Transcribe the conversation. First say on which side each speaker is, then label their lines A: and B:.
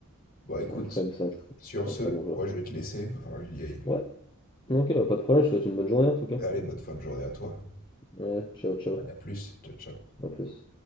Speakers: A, on the left; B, on the left.
A: Bon, écoute,
B: c'est un très, c'est un très,
A: sur
B: c'est
A: ce,
B: un très bon joueur.
A: moi, je vais te laisser, va falloir que j'y aille.
B: Ouais, ok, bah, pas de problème, je te souhaite une bonne journée en tout cas.
A: Allez, bonne fin de journée à toi.
B: Ouais, ciao, ciao,
A: Allez, à plus. Ciao, ciao.
B: à plus.